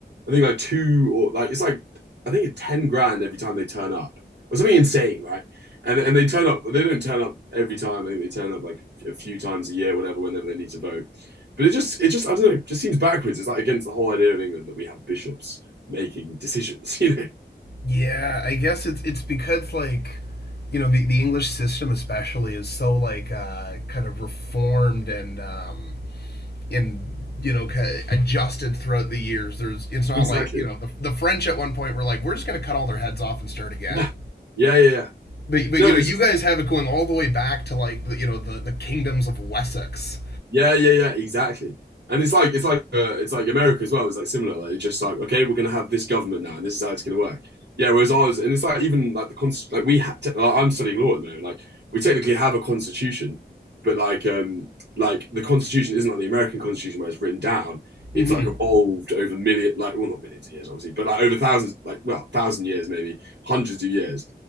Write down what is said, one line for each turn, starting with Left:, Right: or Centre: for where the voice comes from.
Right: I think like two or like it's like I think it's ten grand every time they turn up or something insane, right? And and they turn up. They don't turn up every time. I think they turn up like a few times a year, whatever, whenever they need to vote. But it just it just I don't know. It just seems backwards. It's like against the whole idea of England that we have bishops making decisions. <laughs> You know
Left: Yeah, I guess it's it's because like you know the, the English system especially is so like uh, kind of reformed and um, and you know kind of adjusted throughout the years. There's it's not
Right: exactly.
Left: like you know the the French at one point were like we're just gonna cut all their heads off and start again.
Right: Yeah, yeah, yeah. yeah.
Left: But but
Right: No,
Left: you know,
Right: it's
Left: you guys have it going all the way back to like the, you know the the kingdoms of Wessex.
Right: Yeah, yeah, yeah, exactly. And it's like it's like uh, it's like America as well. It's like similar. Like it's just like okay, we're gonna have this government now, and this is how it's gonna work. Yeah. Whereas ours, and it's like even like the const like we ha te- like, I'm studying law at the moment. Like we technically have a constitution, but like um like the constitution isn't like the American constitution where it's written down.
Left: Mm-hmm.
Right: It's like evolved over million like well not millions of years obviously, but like over thousands like well thousand years maybe hundreds of years,